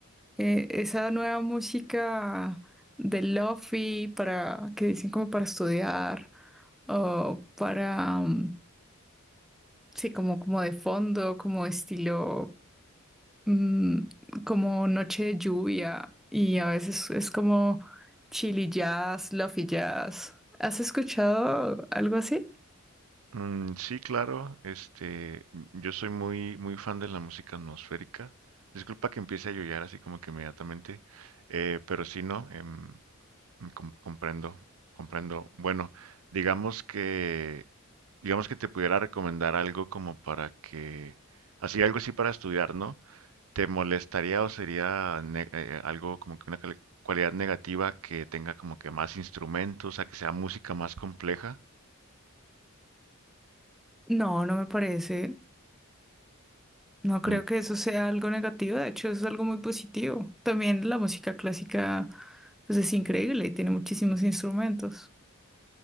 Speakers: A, in the centre; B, on the right.
A: eh, esa nueva música de lofi para que dicen como para estudiar o para, mm, sí, como como de fondo, como estilo. mm, como noche de lluvia y a veces es como chili jazz, lofi jazz. ¿Has escuchado algo así?
B: Mm, sí, claro. Este, m- yo soy muy, muy fan de la música atmosférica. Disculpa que empiece a llorar así como que inmediatamente, eh, pero sí, no. em, Mm, com- comprendo, comprendo. Bueno, digamos que, digamos que te pudiera recomendar algo como para que, así algo así para estudiar, ¿no? ¿Te molestaría o sería ne- eh, algo como que una cali- cualidad negativa que tenga como que más instrumentos, o sea, que sea música más compleja?
A: No, no me parece. No creo
B: Mm,
A: que eso sea algo negativo, de hecho es algo muy positivo. También la música clásica pues es increíble y tiene muchísimos instrumentos.